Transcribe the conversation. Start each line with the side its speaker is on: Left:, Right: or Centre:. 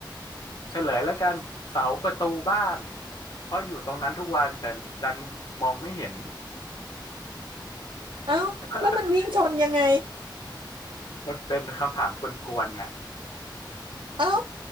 Left: เฉลยแล้วกันเสาประตูบ้านเพราะอยู่ตรงนั้นทุกวันแต่ดันมองไม่เห็น
Right: เอ้าแล้วมันวิ่งชนยังไง
Left: <laughs> มันเป็นคำถามกวนๆน่ะ
Right: เอ้า